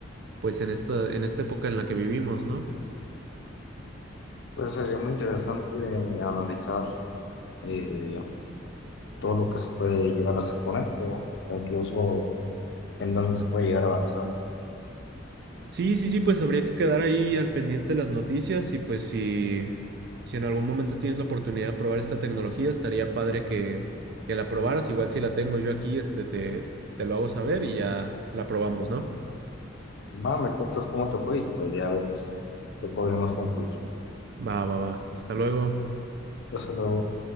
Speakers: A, on the right; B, on the left.
A: pues en esta, en esta época en la que vivimos, ¿no?
B: Pues sería muy interesante analizar eh, todo lo que se puede llegar a hacer con esto, o incluso en dónde se puede llegar a avanzar.
A: Sí, sí, sí, pues habría que quedar ahí al pendiente de las noticias y pues si, si en algún momento tienes la oportunidad de probar esta tecnología, estaría padre que, que la probaras. Igual si la tengo yo aquí, este, te, te lo hago saber y ya la probamos, ¿no?
B: Va, me cuentas cómo te fue y pues ya vemos qué podremos concluir.
A: Va, va, va. Hasta luego.
B: Hasta luego.